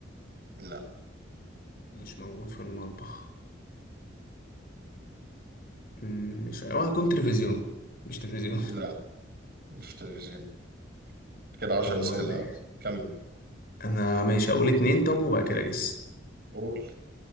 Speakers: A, on the right; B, on the left.
A: لا
B: مش موجود في المطبخ مم، مش هو هيكون تلفزيون مش تلفزيون
A: لا مش تلفزيون كده عشر
B: <laughs> أمال
A: أسئلة
B: إيه؟
A: ها؟ كمل
B: أنا ماشي أقول اتنين طب وبعد كده أجس
A: قول